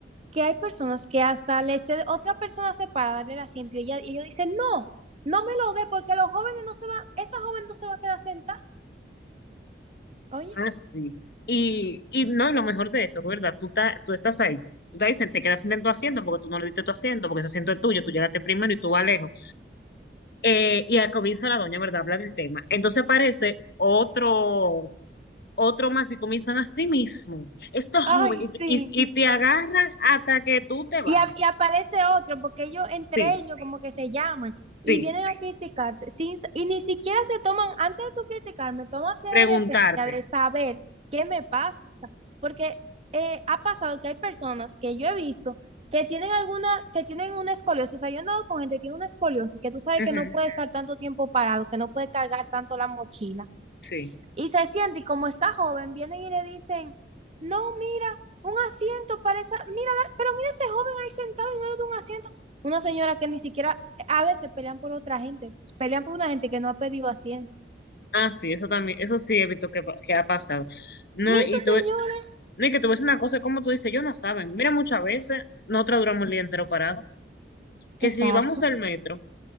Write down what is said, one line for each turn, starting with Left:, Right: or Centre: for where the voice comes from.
Right: que hay personas que hasta le cede, otra persona se para darle el asiento y ella, y ellos dicen, no, no me lo dé porque los jóvenes no se van, esa joven no se va a quedar sentada. Oye,
Left: Ah, sí. Y, y no, lo mejor de eso, ¿verdad? Tú, ta- tú estás ahí. Tú te dicen, te quedas en tu asiento porque tú no le diste tu asiento, porque ese asiento es tuyo, tú llegaste primero y tú vas lejos. Eh, y al comienzo la doña, ¿verdad? Habla del tema. Entonces aparece otro otro más y comienzan a sí mismo. Estos
Right: ay,
Left: jóvenes,
Right: sí.
Left: y, y, y te agarran hasta que tú te bajas.
Right: Y, a- y aparece otro porque ellos entre
Left: Sí,
Right: ellos como que se llaman
Left: sí,
Right: y vienen a criticarte sin, y ni siquiera se toman, antes de tú criticarme, tómate
Left: preguntarte.
Right: la decencia de saber qué me pasa. porque eh, ha pasado que hay personas que yo he visto que tienen alguna, que tienen una escoliosis, o sea, yo he andado con gente que tiene una escoliosis, que tú sabes
Left: Ujú,
Right: que no puede estar tanto tiempo parado, que no puede cargar tanto la mochila,
Left: sí.
Right: y se siente, y como está joven, vienen y le dicen, no, mira, un asiento para esa, mira, da- pero mira ese joven ahí sentado y no le da un asiento. Una señora que ni siquiera, eh, a veces pelean por otra gente, pelean por una gente que no ha pedido asiento.
Left: Ah, sí, eso también, eso sí he visto que, pa- que ha pasado. No,
Right: Mira
Left: y
Right: esa señora.
Left: tú, no, y que tú ves una cosa, como tú dices, yo no saben. Mira, muchas veces nosotros duramos el día entero parado. Que
Right: Exacto.
Left: si vamos al metro